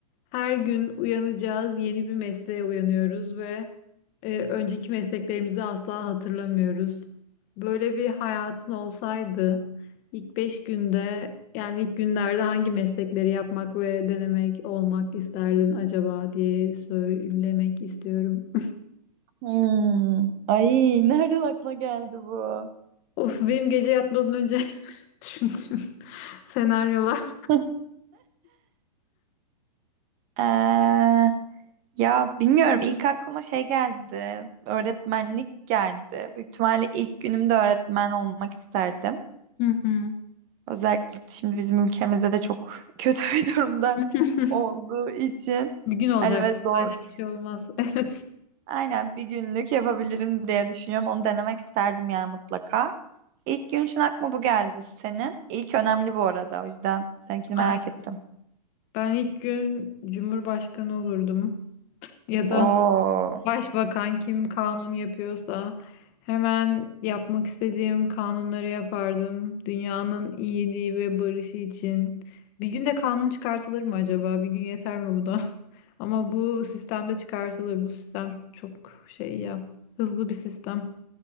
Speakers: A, on the left; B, on the right.
A: her gün uyanacağız, yeni bir mesleğe uyanıyoruz ve e, önceki mesleklerimizi asla hatırlamıyoruz. Böyle bir hayatın olsaydı ilk beş günde yani ilk günlerde hangi meslekleri yapmak ve denemek olmak isterdin acaba diye söylemek istiyorum.
B: Hmm. Ay nereden aklına geldi bu?
A: <laughs> Of benim gece yatmadan önce <laughs> düşündüğüm senaryolar.
B: <laughs> Ee, ya bilmiyorum ilk aklıma şey geldi. Öğretmenlik geldi. Büyük ihtimalle ilk günümde öğretmen olmak isterdim.
A: Hı hı.
B: Özellikle şimdi bizim ülkemizde de çok <laughs> kötü bir durumda
A: <laughs>
B: olduğu için.
A: Bir gün olacak.
B: Hani ve zor.
A: Sadece bir şey olmaz. <laughs> Evet.
B: Aynen bir günlük yapabilirim diye düşünüyorum. Onu denemek isterdim yani mutlaka. İlk gün için aklıma bu geldi senin. İlk önemli bu arada. O yüzden seninkini
A: Aynen.
B: merak ettim.
A: Ben ilk gün Cumhurbaşkanı olurdum. Ya
B: Oo.
A: da başbakan kim kanun yapıyorsa hemen yapmak istediğim kanunları yapardım. Dünyanın iyiliği ve barışı için. Bir gün de kanun çıkartılır mı acaba? Bir gün yeter mi bu da? <laughs> Ama bu sistemde çıkartılır. Bu sistem çok şey ya. Hızlı bir sistem.